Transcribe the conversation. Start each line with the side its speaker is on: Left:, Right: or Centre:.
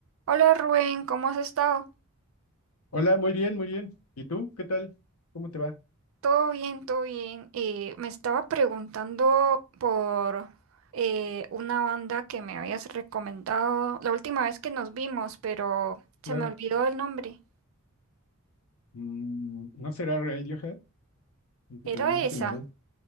Right: Hola Rubén, ¿cómo has estado?
Left: Hola, muy bien, muy bien. ¿Y tú? ¿Qué tal? ¿Cómo te va?
Right: Todo bien, todo bien. Eh, me estaba preguntando por eh, una banda que me habías recomendado la última vez que nos vimos, pero
Left: Claro.
Right: se me olvidó el nombre.
Left: Mm, ¿no será Radiohead, el que
Right: Era
Left: te había mencionado?
Right: esa.